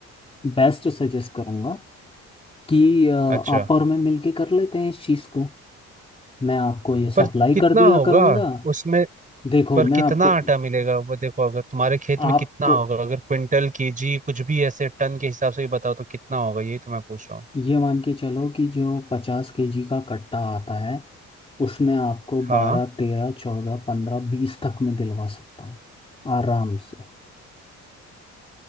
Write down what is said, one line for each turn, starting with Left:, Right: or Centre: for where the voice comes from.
Left: बेस्ट सजेस्ट करूँगा कि अ,
Right: अच्छा
Left: आप और मैं मिलके कर लेते हैं इस चीज़ को मैं आपको ये सप्लाई
Right: पर कितना
Left: कर दिया
Right: होगा
Left: करूँगा
Right: उसमें
Left: देखो
Right: पर
Left: मैं
Right: कितना
Left: आपको
Right: आटा मिलेगा वो देखो अगर तुम्हारे खेत में
Left: आपको
Right: कितना होगा अगर क्विंटल केजी कुछ भी ऐसे टन के हिसाब से ही बताओ तो कितना होगा यही तो मैं पूछ रहा हूँ
Left: ये मान के चलो कि जो पचास केजी का कट्टा आता है उसमें आपको
Right: हाँ
Left: बारह तेरह चौदह पंद्रह बीस तक में दिलवा सकता हूँ आराम से